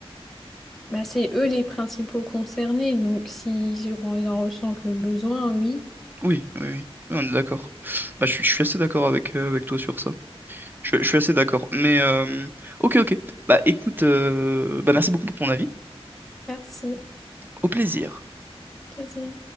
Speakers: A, in the centre; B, on the right.
A: Bah, c'est eux les principaux concernés, donc s'ils en ressentent le besoin, oui.
B: Oui, oui, oui. On est d'accord. Bah, je suis, je suis assez d'accord avec, euh, avec toi sur ça. Je, je suis assez d'accord. Mais euh, ok, ok. Bah écoute, euh, bah merci beaucoup pour ton avis.
A: Merci.
B: Au plaisir.
A: Plaisir.